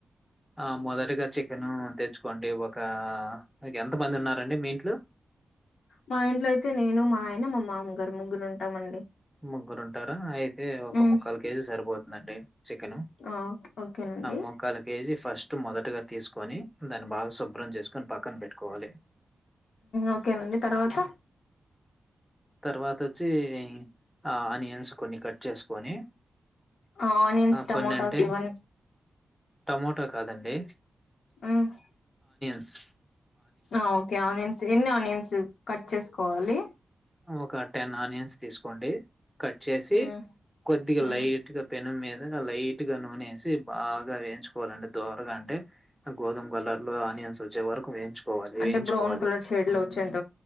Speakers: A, in the centre; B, on the left (about 80°).
A: ఆ మొదటిగా చికెన్ తెచ్చుకోండి ఇవ ఒక మీ ఎంత మంది ఉన్నారండి మీ ఇంట్లో
B: మా ఇంట్లో అయితే నేను మా ఆయన మా మామగారు ముగ్గురు ఉంటామండి
A: ముగ్గురుంటారా అయితే ఒక
B: మ్మ్
A: ముక్కాలు కేజీ సరిపోతుందండి చికెను
B: ఆ ఓకేనండి
A: ముక్కాల కేజీ ఫస్ట్ మొదటగా తీస్కొని దాన్ని బాగా శుభ్రం చేస్కొని పక్కన పెట్టుకోవాలి
B: ఓకేనండి తర్వాత
A: తర్వాత వచ్చి ఆనియన్స్ కొన్ని కట్ చేసుకొని
B: ఆ ఆనియన్స్ టమోటాస్
A: కొన్ని అంటే
B: ఇవన్నీ
A: టమోటా కాదండి
B: మ్మ్
A: బస్
B: ఆ ఓకే ఆనియన్స్ ఎన్ని ఆనియన్స్ కట్ చేసుకోవాలి
A: ఒక టెన్ ఆనియన్స్ తీసుకోండి కట్ చేసి
B: మ్మ్
A: కొద్దిగా
B: మ్మ్
A: లైట్ గా పెనం మీద లైట్ గా నూనెసి బాగా వేయించుకోవాలండి దోరగా అంటే గోధుమ కలర్ లో ఆనియన్స్ వచ్చే వరకు వేయి కోవాలి
B: అంటే
A: వేయించుకోవాలి
B: బ్రౌన్ కలర్ షేడ్ లో వచ్చేంత